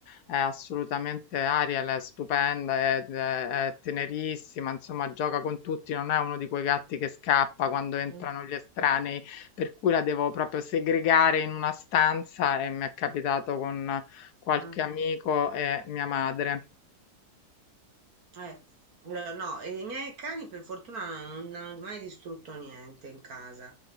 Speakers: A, on the left (about 85°); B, on the right (about 70°).
A: è assolutamente Ariel, è stupenda, è, è- è tenerissima, insomma gioca con tutti, non è uno di quei gatti che scappa quando entrano
B: Mh.
A: gli estranei, per cui la devo proprio segregare in una stanza e mi è capitato con qualche
B: Mh.
A: amico e mia madre.
B: Eh, allora, no, i miei cani per fortuna non, non hanno mai distrutto niente in casa,